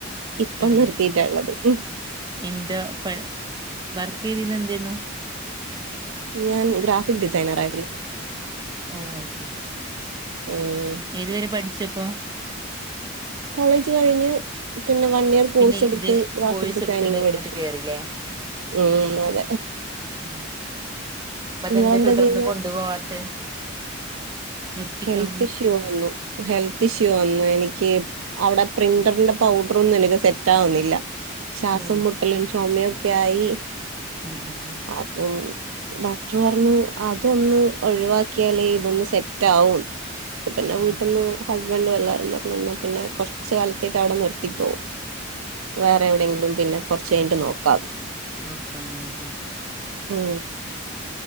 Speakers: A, on the right; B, on the right.
A: ഇപ്പം
B: ഉം
A: നിർത്തിയിട്ടഉള്ളത് മ്
B: എന്താ പ വർക്ക് ചെയതിന്ന് എന്തെന്നു
A: ഞാൻ ഗ്രാഫിക് ഡിസൈനർ ആയിരുന്നു
B: ഓ ശരി
A: ഉം
B: ഏതുവരെ പഠിച്ചു പ്പൊ
A: കോളേജ് കഴിഞ്ഞ് പിന്നെ വൺ ഇയർ കോഴ്സ്
B: പിന്നെ
A: എടുത്ത്
B: ഇത്
A: ഗ്രാഫിക്
B: കോഴ്സ്
A: ഡിസൈനിങ്
B: എടുത്തിണ്ട്
A: പഠിച്ചു
B: ഇങ്ങട്ട് കേറില്ലേ
A: മൂന്നര
B: ആഹ് അപ്പ അതെന്തേ
A: നിങ്ങളെന്താചെയ്യുന്നത്
B: തുടർന്ന് കൊണ്ടുപോവാത്തെ നിർത്തിക്കളഞ്ഞ്
A: ഹെൽത്ത് ഇഷ്യൂ വന്നു ഹെൽത്ത് ഇഷ്യൂ വന്നു എനിക്ക് അവിടെ പ്രിന്ററിന്റെ പൗഡറ് ഒന്നും എനിക്ക് സെറ്റ ആവുന്നില്ല ശ്വാസം
B: ഓ
A: മുട്ടലും ചുമയും ഒക്കായി
B: ഉം ഉം ഉം
A: അതു ഡോക്ടർ പറഞ്ഞു അതൊന്ന് ഒഴിവാക്കിയാലേ ഇതൊന്ന് സെറ്റ് സെറ്റാവു അപ്പ പിന്നെ വീട്ടീന്ന്
B: ആഹ്
A: രണ്ട് പിള്ളേരും പറഞ്ഞുന്നാ പിന്നെ കൊറച്ച് കാലത്തേക്ക് അവിടെ നിർത്തിക്കോ വേറെ എവിടെയെങ്കിലും പിന്നെ കൊറച്ച് കഴിഞ്ട്ട് നോക്കാ
B: നോക്കാന്ന് പറഞ്ഞു
A: മ്